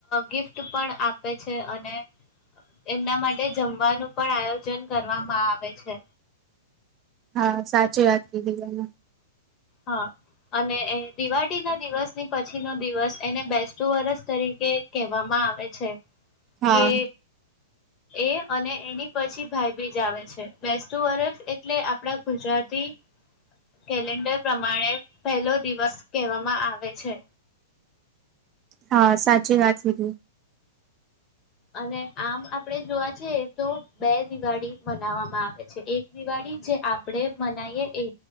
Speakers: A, on the left (about 30°); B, on the right (about 25°).
A: ગિફ્ટ પણ આપે છે અને, એમના માટે જમવાનું પણ આયોજન કરવામાં આવે છે.
B: હા સાચી વાત કધી તમે.
A: હા અને દિવાળી ના દિવસની પછી નો દિવસ એને બેસતું વરસ તરીકે કહેવામાં આવે છે,
B: હા
A: કે એ અને એની પછી ભાઈ બીજ આવે છે, બેસતું વર્ષ એટલે આપણા ગુજરાતી કેલેન્ડર પ્રમાણે પહેલો દિવસ કહેવામાં આવે છે.
B: હા સાચી વાત કીધી.
A: અને આમ આપડે જોવા જએ તો બે દિવાળી મનાવામાં આવે છે, એક દિવાળી જે આપણેે મનાવીએ એ